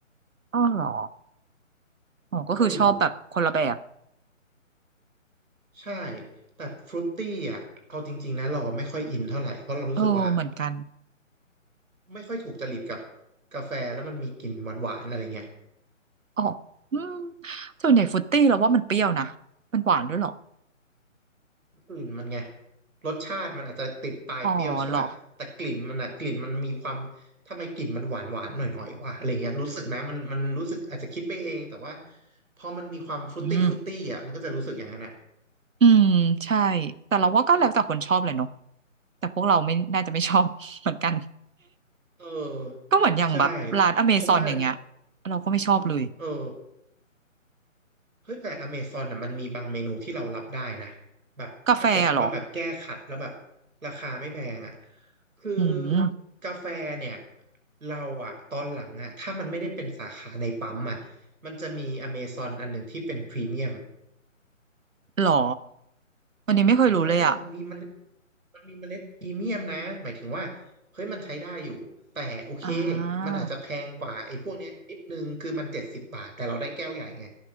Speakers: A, on the right; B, on the right.
A: อ๋อเหรออ๋อก็คือชอบแบบคนละแบบ
B: เออใช่แต่ฟรุตตี้อะเอาจริงๆนะเราไม่ค่อยอินเท่าไหร่เพราะเรารู้สึกว่า
A: เออเหมือนกัน
B: ไม่ค่อยถูกจริตกับกาแฟแล้วมันมีกลิ่นหวานๆอะไรเงี้ย
A: อ๋ออืมส่วนใหญ่ฟรุตตี้เราว่ามันเปรี้ยวนะมันหวานด้วยเหรอ
B: กลิ่นมันไงรสชาติมันอาจจะติดปลายเปรี้ยวใช่ป่ะแต่กลิ่นมันอะกลิ่นมันมีความ
A: อ๋อเหรอ
B: ทำไมกลิ่นมันหวานหวานหน่อยหน่อยว่ะอะไรเงี้ยรู้สึกนะมันมันรู้สึกอาจจะคิดไปเองแต่ว่าพอมันมีความฟรุตตี้ฟรุตตี้อะมันก็จะรู้สึกอย่างนั้นอะ
A: อืมอืมใช่แต่เราว่าก็แล้วแต่คนชอบเลยเนาะแต่พวกเราไม่น่าจะไม่ชอบ <laughs> เหมือนกัน
B: เออใช่
A: ก็เหมือนอย่างแบบร้านอเมซอนอย่างเงี้ย
B: เพราะว่า
A: เราก็ไม่ชอบเลย
B: เออ เฮ้ยแต่อเมซอนน่ะมันมีบางเมนูที่เรารับได้นะแบบถ้าเกิดว่าแบบแก้ขัดแล้วแบบ
A: กาแฟอะเหรอ
B: ราคาไม่แพงอ่ะคือ
A: อืม
B: กาแฟเนี่ยเราอ่ะตอนหลังอ่ะถ้ามันไม่ได้เป็นสาขาในปั๊มอ่ะมันจะมีอเมซอนอันหนึ่งที่เป็นพรีเมียม
A: เหรอวันนี้ไม่เคยรู้เลยอ่ะ
B: เออมันมีมันมันมีเมล็ดพรีเมียมนะหมายถึงว่าเฮ้ยมันใช้ได้อยู่แต่โอเค
A: อ่า
B: มันอาจจะแพงกว่าไอ้พวกเนี้ยนิดนึงคือมันเจ็ดสิบบาทแต่เราได้แก้วใหญ่ไง